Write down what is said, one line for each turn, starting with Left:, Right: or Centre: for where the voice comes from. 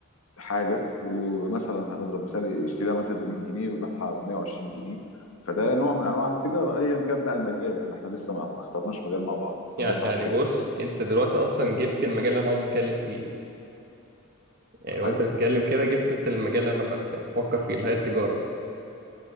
Left: حاجه ومثلا هنضرب مثال يشتريها مثلا ب 100 جنيه ويبيعها ب 120 جنيه فده نوع من انواع التجاره ايا كان بقى المجال يعني احنا لسه ما ما اخترناش مجال مع بعض بس
Right: يعني
Left: نوضح
Right: يعني
Left: الفكره
Right: بص انت دلوقتي اصلا جبت المجال اللي انا عاوز اتكلم فيه يعني
Left: حلو
Right: وانت بتتكلم كده جبت انت المجال اللي انا بت- بفكر فيه اللي هي التجاره